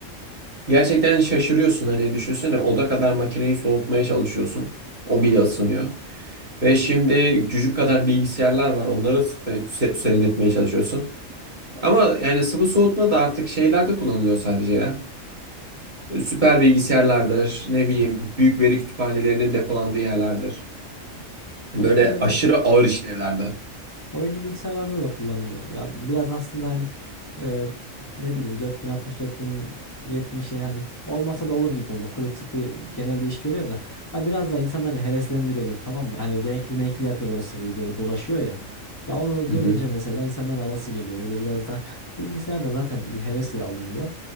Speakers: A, on the right; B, on the left.
A: Gerçekten şaşırıyorsun hani düşünsene oda kadar makineyi soğutmaya çalışıyorsun. O bile ısınıyor. Ve şimdi cücük kadar bilgisayarlar var. Onları ısıtmaya- se- serinletmeye çalışıyorsun. Ama yani sıvı soğutma da artık şeylerde kullanılıyor sadece ya. Süper bilgisayarlardır, ne bileyim büyük veri kütüphanelerinin depolandığı yerlerdir. Böyle
B: Ya şeyler
A: aşırı
B: de
A: ağır işlevlerde.
B: Oyuncu bilgisayarlarda da kullanıyorlar ya. Biraz aslında hani e, ne bileyim 4060 4070'e hani olmasa da olur gibi oluyor. Kule tıbbi genelde iş görüyor da ya biraz daha insanları heveslendiriyorlar tamam mı? Hani renkli renkli yapıyorlar o sıvıyı böyle dolaşıyor ya. Ya onu
A: Hı
B: görünce
A: hı.
B: mesela insanların alası geliyor. Böyle biraz da bilgisayar da zaten bir hevesle alınıyor.